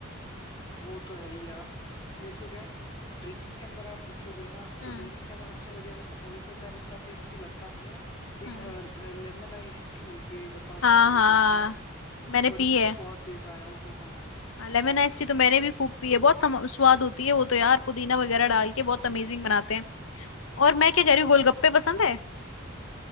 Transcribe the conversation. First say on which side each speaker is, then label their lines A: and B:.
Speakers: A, on the left; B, on the left.
A: वो तो है ही यार मेरे को क्या ड्रिंक्स के अंदर आप पूछोगे ना
B: हम्म
A: तो ड्रिंक्स के अंदर सबसे बढ़िया मेरे को मोहितो तो यार इतना टेस्टी लगता नहीं है एक
B: हम्म
A: लेमन आइस टी मिलती है इधर पास
B: हाँ
A: में मेरे
B: हाँ
A: कैफे है
B: मैंने
A: बड़ी
B: पी है
A: स्वाद देता है ओ हो हो हो।
B: लेमन आइस टी तो मैंने भी खूब पी है बहुत सम- स्वाद होती है वो तो यार पुदीना वगैरह डाल के बहुत अमेजिंग बनाते हैं और मैं क्या
A: हम्म
B: कह रही हूँ गोलगप्पे पसंद है